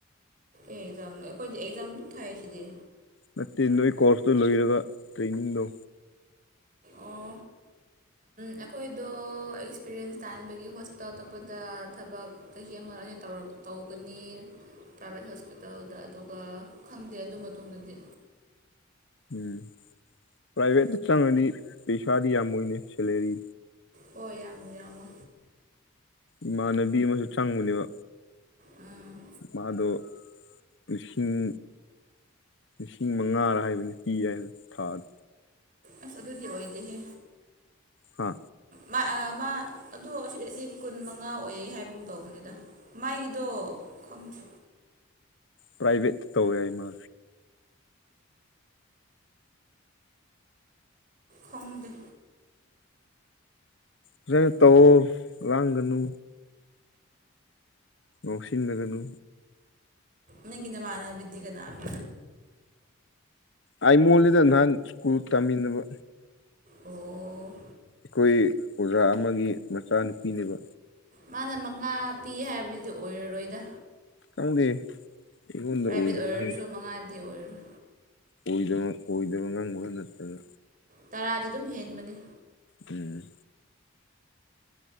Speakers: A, on the right; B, on the left.
A: ꯑꯦ ꯑꯦꯛꯖꯥꯝ ꯑꯩꯈꯣꯏꯗꯤ ꯑꯦꯛꯖꯥꯝꯗꯨ ꯊꯥꯏꯁꯤꯗꯤ
B: ꯅꯠꯇꯦ ꯅꯣꯏ ꯀꯣꯔꯁꯇꯨ ꯂꯣꯏꯔꯒ ꯇ꯭ꯔꯦꯅꯤꯡꯗꯣ
A: ꯑꯣ ꯑꯩꯈꯣꯏꯗꯣ ꯑꯦꯛꯁꯄꯤꯔꯤꯌꯦꯟꯁ ꯇꯥꯅꯕꯒꯤ ꯍꯣꯁꯄꯤꯇꯥꯜ ꯑꯇꯣꯞꯄꯗ ꯊꯕꯛ ꯆꯍꯤ ꯑꯃ ꯑꯩꯅ ꯇꯧꯔ ꯇꯧꯒꯅꯤ ꯄ꯭ꯔꯥꯏꯚꯦꯠ ꯍꯣꯁꯄꯤꯇꯥꯜꯗ ꯑꯗꯨꯒ ꯈꯪꯗꯦ ꯑꯗꯨ ꯃꯇꯨꯡꯗꯗꯤ
B: ꯎꯝ ꯄ꯭ꯔꯥꯏꯚꯦꯠꯇ ꯆꯪꯉꯗꯤ ꯄꯩꯁꯥꯗꯤ ꯌꯥꯝꯃꯣꯏꯅꯤ ꯁꯦꯂꯔꯤ
A: ꯍꯣꯏ ꯌꯥꯝꯃ ꯌꯥꯝꯃꯣ
B: ꯏꯃꯥꯟꯅꯕꯤ ꯑꯃꯁꯨ ꯆꯪꯉꯨꯅꯦꯕ
A: ꯎꯝ
B: ꯃꯥꯗ ꯏꯁꯤꯡ ꯄꯨꯡ ꯃꯉꯥꯔ ꯍꯥꯏꯕꯅꯤ ꯀꯤꯌꯦ ꯊꯥꯗ
A: ꯑꯁ ꯑꯗꯨꯗꯤ ꯑꯣꯏꯗꯍꯦ
B: ꯍꯥ
A: ꯃꯥ ꯑ ꯃꯥ ꯑꯗꯣ ꯑꯁꯤ ꯑꯁꯤ ꯀꯨꯟ ꯃꯉꯥ ꯑꯣꯏ ꯍꯥꯏꯕꯒꯨꯝ ꯇꯧꯕꯅꯤꯗ ꯃꯥꯏꯒꯤꯗꯣ ꯈꯪꯗꯦ
B: ꯄ꯭ꯔꯥꯏꯚꯦꯠ ꯇꯧꯋꯦ ꯍꯥꯏ ꯃꯥ
A: ꯈꯪꯗꯦ
B: ꯐꯖꯥꯟꯅ ꯇꯧꯑꯣ ꯂꯥꯡꯒꯅꯨ ꯉꯥꯎꯁꯤꯟꯅꯒꯅꯨ
A: ꯅꯪꯒꯤ ꯅꯃꯥꯟꯅꯕꯤꯗꯤ ꯀꯅꯥꯅꯣ
B: ꯑꯥꯏꯃꯣꯜꯅꯤꯗ ꯅꯍꯥꯟ ꯁ꯭ꯀꯨꯜ ꯇꯝꯃꯤꯟꯅꯕ
A: ꯑꯣ
B: ꯑꯩꯈꯣꯏ ꯑꯣꯖꯥ ꯑꯃꯒꯤ ꯃꯆꯥꯅꯨꯄꯤꯅꯦꯕ
A: ꯃꯥꯅ ꯃꯉꯥ ꯄꯤ ꯍꯥꯏꯕꯗꯨ ꯑꯣꯏꯔꯔꯣꯏꯗ
B: ꯈꯪꯗꯦ ꯑꯩꯉꯣꯟꯗ
A: ꯄ꯭ꯔꯥꯏꯚꯦꯠ
B: ꯑꯣꯏꯗꯕ
A: ꯑꯣꯏꯔꯁꯨ
B: ꯋꯥꯅꯤ
A: ꯃꯉꯥꯗꯤ ꯑꯣꯏꯔꯔꯣꯏ
B: ꯑꯣꯏꯗꯕ ꯑꯣꯏꯗꯕ ꯉꯥꯡꯕꯒ ꯅꯠꯇꯅ
A: ꯇꯔꯥꯗꯤ ꯑꯗꯨꯝ ꯍꯦꯟꯕꯅꯤ
B: ꯎꯝ